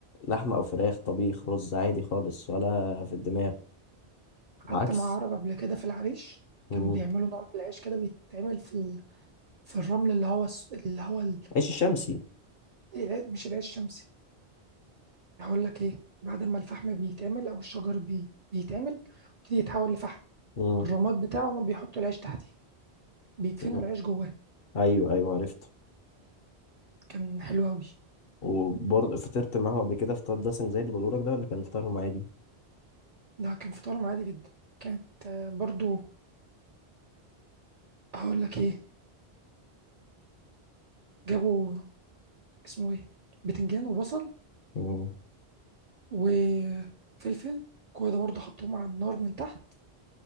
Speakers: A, on the left; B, on the right.
A: لحمه او فراخ طبيخ رز عادي خالص ولا في الدماغ
B: قعدت
A: عكس
B: مع عرب قبل كده في العريش
A: مم.
B: كان بيعملوا نوع من العيش كده بيتعمل في ال... في الرمل اللي هو الس- اللي هو ال...
A: عيش الشمسي
B: الع- مش العيش الشمسي هقول لك ايه بعد ما الفحم بيتعمل او الشجر بي... بيتعمل يبتدي يتحول لفحم
A: مم.
B: الرماد بتاعه هما بيحطوا العيش تحتيه بيدفنوا
A: مم.
B: العيش جواه
A: ايوه ايوه عرفت
B: كان حلو قوي
A: وبرضه فطرت معاهم قبل كده فطار دسم زي اللي بقوله لك ده ولا كان فطارهم عادي
B: ده كان فطارهم عادي جدا كانت آه، برضو هقول لك ايه جابوا اسمه ايه بتنجان وبصل
A: ايوه
B: وفلفل كل ده برضه حطوهم على النار من تحت